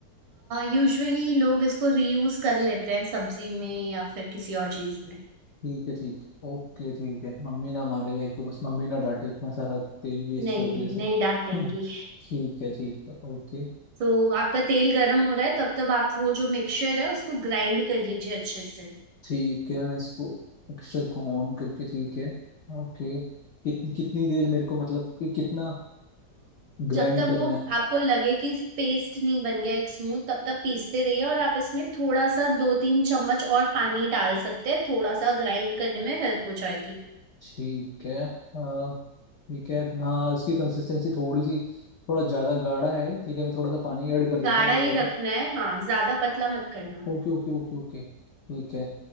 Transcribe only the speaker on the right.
यूजुअली लोग इसको रीयूज कर लेते हैं सब्जी में या फिर किसी और चीज में
नहीं
नहीं
नहीं
डांटेंगी
तो आपका तेल गर्म हो रहा है तब तक आप वो जो मिक्सचर है उसको ग्राइंड कर लीजिए अच्छे से
जब तक
वो
आपको लगे कि पेस्ट नहीं बन गया एक स्मूथ तब तक पीसते रहिए और आप इसमें थोड़ा सा दो तीन चम्मच और पानी डाल सकते हैं थोड़ा सा ग्राइंड करने में हेल्प हो जाएगी
गाढ़ा
ही
रखना है हाँ ज्यादा पतला मत करना